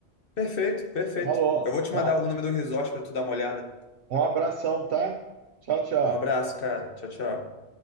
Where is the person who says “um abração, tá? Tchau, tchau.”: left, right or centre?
Right